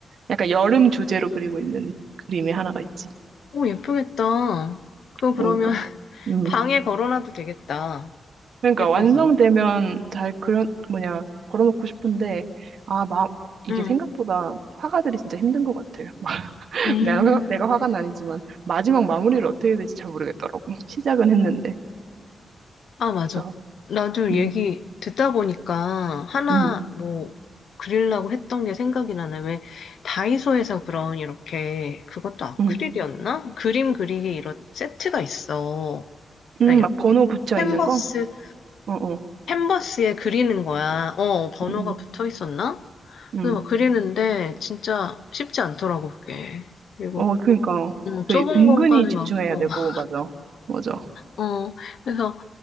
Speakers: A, on the right; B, on the left.
A: 약간 여름 주제로 그리고 있는 그림이 하나가 있지.
B: 오, 예쁘겠다. 그거 그러면
A: 그러니까
B: <laughs>
A: 음
B: 방에 걸어놔도 되겠다.
A: 그러니까
B: 예뻐서.
A: 완성되면 잘 그런 뭐냐 걸어놓고 싶은데 아 막 이게
B: 응.
A: 생각보다 화가들이 진짜 힘든 것 같아요.
B: 음.
A: 내가, 내가 화가 나니지만 마지막 마무리를 어떻게 해야 될지 잘 모르겠더라고. 시작은 했는데.
B: 아, 맞아.
A: 그래서
B: 나도
A: 음,
B: 얘기 듣다 보니까 하나
A: 음,
B: 뭐 그리려고 했던 게 생각이 나네. 왜 다이소에서 그런 이렇게 그것도 아크릴이었나?
A: 음,
B: 그림 그리기 이런 세트가 있어.
A: 음,
B: 그러니까
A: 막 번호
B: 이렇게
A: 붙여
B: 캔버스,
A: 있는 거? 어, 어,
B: 캔버스에 그리는 거야. 어, 번호가
A: 음,
B: 붙어 있었나?
A: 음,
B: 그래서
A: 음.
B: 막 그리는데 진짜 쉽지 않더라고 그게. 그리고
A: 어, 그러니까
B: 뭐
A: 그
B: 좁은
A: 은근히
B: 공간
A: 집중해야
B: 막 어,
A: 되고
B: <laughs>
A: 맞아, 맞아,
B: 어 그래서